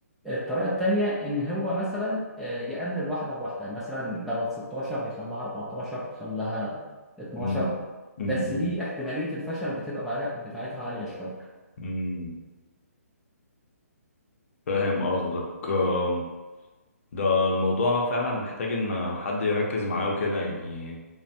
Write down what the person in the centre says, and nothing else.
الطريقة التانية إن هو مثلا آه، يقلل واحدة بواحدة مثلا بدل 16 يخليها 14 يخليها 12
بس دي احتمالية الفشل بتبقى بعدها- بتاعتها عالية شوية